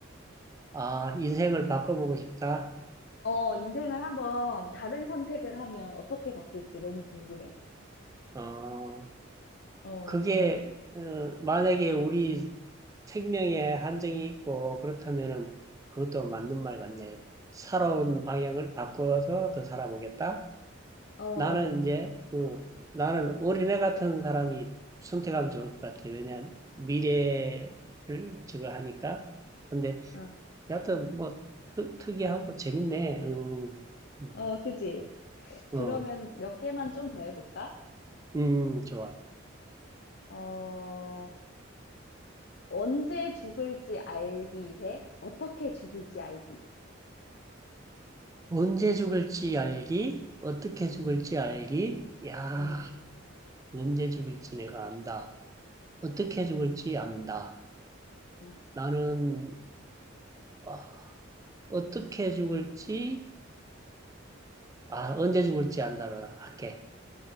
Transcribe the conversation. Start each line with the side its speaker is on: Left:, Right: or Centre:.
Right: 아, 인생을 바꿔보고 싶다?
Left: 어, 인생을 한번 다른 선택을 하면 어떻게 바뀔지 너무 궁금해.
Right: 어,
Left: 어,
Right: 그게, 어, 만약에 우리 생명에 한정이 있고, 그렇다면은 그것도 맞는 말 같네. 살아온
Left: 어,
Right: 방향을 바꿔서 더 살아보겠다?
Left: 어,
Right: 나는 이제, 어, 나는 어린애 같은 사람이 선택하면 좋을 것 같아. 왜냐면 미래를 저거 하니까. 근데
Left: 어,
Right: 여하튼 뭐 특, 특이하고 재밌네. 음, 음,
Left: 어, 그지?
Right: 어,
Left: 그러면 몇 개만 좀 더 해볼까?
Right: 음, 좋아.
Left: 어, 언제 죽을지 알기 대 어떻게 죽을지 알기.
Right: 언제 죽을지 알기, 어떻게 죽을지 알기. 야,
Left: 응,
Right: 언제 죽을지 내가 안다. 어떻게 죽을지 안다.
Left: 응.
Right: 나는 아, 어떻게 죽을지 아 언제 죽을지 안다로 할게.